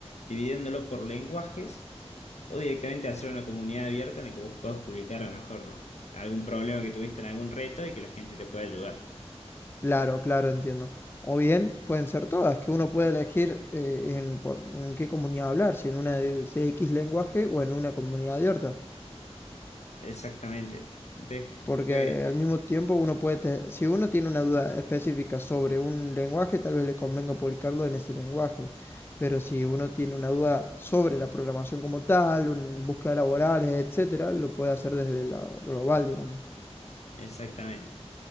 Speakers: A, on the left; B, on the left.
A: dividiéndolo por lenguajes o directamente hacer una comunidad abierta en la que vos puedas publicar a lo mejor algún problema que tuviste en algún reto y que la gente te pueda ayudar.
B: Claro, claro, entiendo. O bien pueden ser todas, que uno puede elegir eh, en, por- en qué comunidad hablar, si en una de C X lenguaje o en una comunidad abierta.
A: Exactamente. Después,
B: porque al mismo tiempo uno puede, te- si uno tiene una duda específica sobre un lenguaje, tal vez le convenga publicarlo en ese lenguaje, pero si uno tiene una duda sobre la programación como tal, un, búsqueda laborales, etcétera, lo puede hacer desde la global, digamos.
A: exactamente.